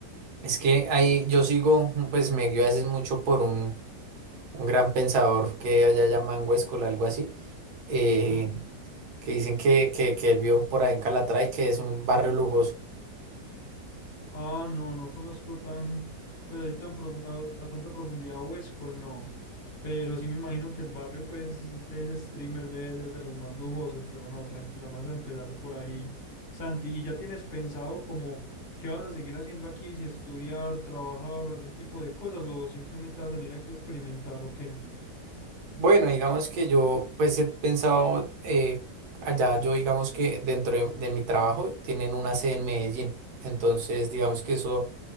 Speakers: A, on the right (about 65°); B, on the left (about 35°).
A: Es que ahí yo sigo, pues me guío a veces mucho por un, un gran pensador que allá llaman Huéscola, algo así Eh,
B: Ah,
A: que dicen que, que, que él vio por ahí en Calatrava y que es un barrio lujoso.
B: ah, no, no conozco tan, pues ahí tan profu- a, a tanta profundidad Huescol, no. Pero sí me imagino que el barrio, pues, de ese streamer debe ser de los más lujosos. Pero no, tranquilo, vamos a empezar por ahí. Santi, ¿y ya tienes pensado como qué vas a seguir haciendo aquí? Si estudiar, trabajar o algún tipo de cosas, o simplemente vas a venir aquí a experimentar o qué?
A: Bueno, digamos que yo pues he pensado, eh, allá yo digamos que dentro de, de mi trabajo tienen una sede en Medellín, entonces digamos que eso